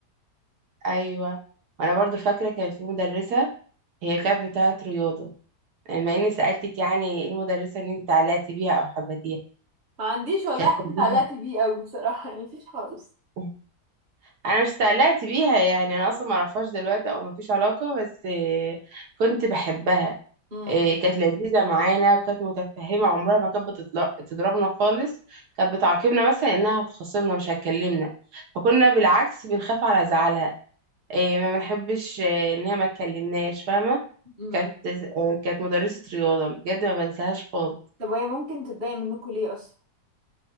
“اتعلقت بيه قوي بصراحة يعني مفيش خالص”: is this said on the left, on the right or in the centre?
Right